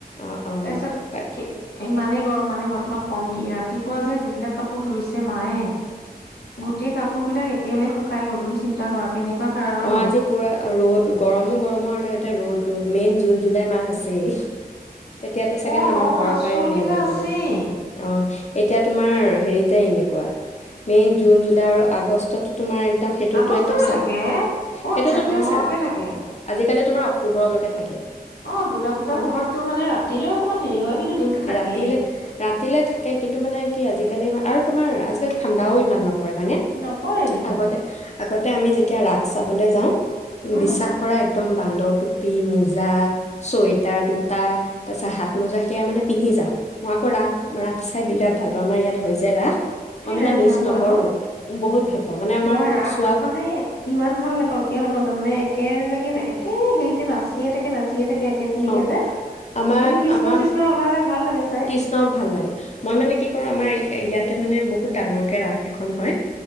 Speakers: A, on the left; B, on the left.
A: অ
B: তাৰপিছত
A: অ
B: ইমানেই গৰম মা মানে মই তোমাক ক'ম কি ৰাতিপুৱা যে যিবিলাক কাপোৰ ধুইছে মায়ে গোটেই কাপ কাপোৰ বিলাক এতিয়ালে শুকাই গ'ল চিন্তা কৰা কেনেকুৱা কাৰণত
A: অঁ আজি পূৰা ৰ'দ গৰমো গৰমো আৰু তোকেতে ৰ'দ ৰ'দ মেইন জুন জুলাই মাহ আছেই তেতিয়াতো চাগে
B: অ
A: মানুহ
B: ন
A: ঘৰৰ
B: আচল
A: পৰাই উলিয়াব
B: কেইটা
A: লাগিব
B: আছেই
A: আহ এতিয়া তোমাৰ হেৰিতে এনেকুৱা মেইন জুন জুলাই আৰু আগষ্ট তো তোমাৰ একদম সেইটোত
B: আগষ্টলৈ
A: একদম চা
B: থাকে ক'ত
A: সেইটোতো
B: ছেপ্তেম্বৰলৈকে
A: তোমাৰ চাহ
B: থাকে
A: আজিকালি তোমাৰ অক্টোবৰৰ লৈকে থাকে
B: অ দুৰ্গা পূজাৰ
A: হয়নে
B: সময়তো মানে ৰাতিলৈ অকমান হেৰি হয় কিন্তু দিনটো থাকেই
A: ৰাতিলে ৰাতিলে থাকে কিন্তু মানে‌ কি আজিকালি আৰু তোমাৰ আজিকালি ঠাণ্ডাও ইমান নপৰে পৰে হয়নে
B: নকৰে দেখোন
A: আগতে লগতে আমি যেতিয়া ৰাস চাবলৈ যাওঁ
B: উম
A: বিশ্বাস কৰা এক একদম বান্দৰ টুপি মোজ মোজা ছুৱেটাৰ দুটা তাৰ পিছত হাত মোজা সেয়া মানে পিন্ধি যাওঁ, মই আকৌ ৰাস - ৰাস চাই বিৰাট ভাল পাওঁ, আমাৰ ইয়াত হয় যে ৰাস।
B: তুমি
A: মই মানে
B: ৰাস
A: মিচ
B: ভাল পোৱা
A: নকৰোৱে
B: ন
A: ইমানে ভাল পাওঁ, মানে আমাৰ
B: মই ৰাস
A: চোৱা
B: মানে ইমান ভাল নাপাওঁ কিয় নাপাওঁ জানানে একেলগে কেই হেৰিতে নাচিয়ে থাকে নাচিয়ে থাকে। একেখিনিকে
A: অ,
B: যে
A: আমাৰ
B: কিন্তু কৃষ্ণ
A: - আমাৰ
B: কৃষ্ণ ওলালে ভাল লাগে চাই
A: কৃষ্ণ'ক ভাল লাগে, মই মানে কি কৰো আমাৰ ইয়াতে মানে বহুত ডাঙৰকে ৰাস এখন হয়।